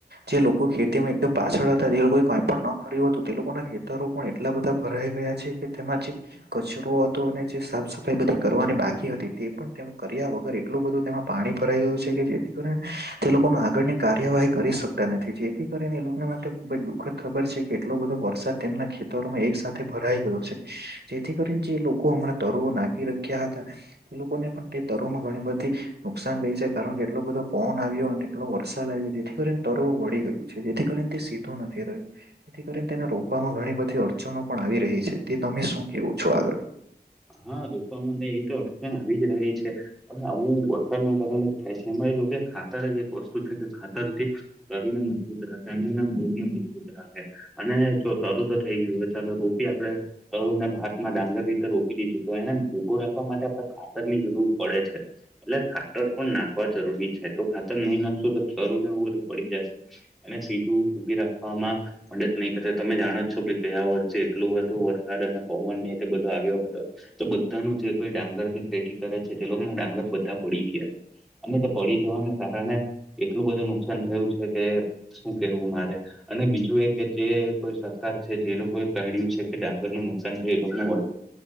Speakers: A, on the right; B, in the centre.
A: જે લોકો ખેતીમાં એકદમ પાછળ હતા જે લોકો કઈ પણ ન ખર્યું હતું તે લોકોના ખેતરો પણ એટલા બધા ભરાઈ ગયા છે કે તેમાં જે કચરો હતો અને જે સાફ સફાઈ બધી કરવાની બાકી હતી તે પણ કર્યા વગર એટલું બધું તેમાં પાણી ભરાઈ ગયું છે કે જેથી કરીને તે લોકોને આગળની કાર્યવાહી કરી શકતા નથી જેથી કરીને એ લોકોને માટે બ દુઃખદ ખબર છે કે એટલો બધો વરસાદ તેમના ખેતરોમાં એક સાથે ભરાઈ ગયો છે જેથી કરીને જે લોકો હમણાં તરુવો નાખી રાખ્યા હતા એ લોકોને પણ તે તર માં ઘણી બધી નુકસાન ગઈ છે કારણ કે એટલો બધો પન આવ્યો અને એટલો વરસાદ આવ્યો જેથી કરીને તરવ વળી ગયું છે જેથી કરીને તે સીધું નથી, રહ્યું તેથી કરીને તેને રોપવામાં ઘણી બધી અડચનો પણ આવી રહી છે. તે, તમે શું કેવો છો આગળ.
B: હા, રોપમાં એ તો અટકણ આવી જ રહી છે હવે આવું વરસાદના કારણે થાય છે, એમાં એ લોકો ખાતર જ એક વસ્તુ છે કે ખાતર કરોણ, મજબૂત રહશેનના મોૂળમ મજબૂત રહ છે. અને, જો તરું તો થઈ ગયું ચાલો રોપી આપડણે તરુ ને, ભામાં ડાંગર રીતે રોપી દીધું તો એને ઉભો રાખવા માટે, આપણે ખાતર ની જરૂર પડે છે. એટલે, ખાતર પણ નાખવા જરૂરી છે તો ખાતર નહી નાખશું તો ચરું ને એવું બધું પડી જશે અને, સીધું ઉભી રાખવામાં ડ જ નહીં કરશે તમે, જાણો જ છો કે ગયા વર્ષે એટલું બુ વરસાદ અને પવન ને એટલે, બધો આવ્યો હતો તો, બધાનું જે કોઈ ડાંગર ની પેટી કરે છે તે લોકો ના ડાંગર બધા પડી ગયા છે. અને, તે પડી જવાને કારણે એટલું બધું નુકસાન થયું છે, કે શું કેવું મારે અને, બીજું એ કે જે કોઈ સર છે, જે લોકોએ કહ્યું છે, કે ડાંગર નું નુકસાન થાય એ લોકોને વળર